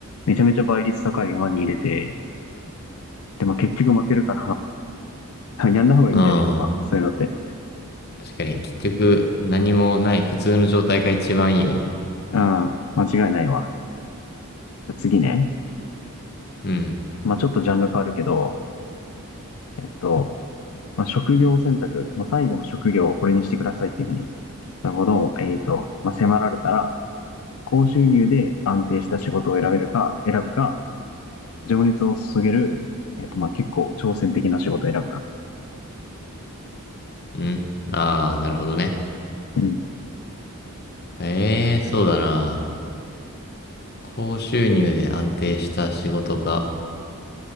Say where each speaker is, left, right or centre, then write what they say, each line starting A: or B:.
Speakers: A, on the left; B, on the left.
A: めちゃめちゃ倍率高い馬に入れて、で、まあ結局負けるから <laughs> やんない方がいいんだよね、
B: うん。
A: やっぱ。そういうのって。
B: 確かに、結局何もない普通の状態が一番いいよね。
A: ああ、間違いないわ。じゃあ次ね。
B: うん。
A: まあちょっとジャンル変わるけど、えっと、まあ、職業選択、まあ、最後の職業をこれにしてくださいっていうふうに、なるほど、えっと、まあ、迫られたら、高収入で安定した仕事を選べるか、選ぶか、情熱を注げる、えっと、まあ、結構挑戦的な仕事を選ぶか。
B: うん。ああ、なるほどね。
A: うん。
B: ええ、そうだな。高収入で安定した仕事か。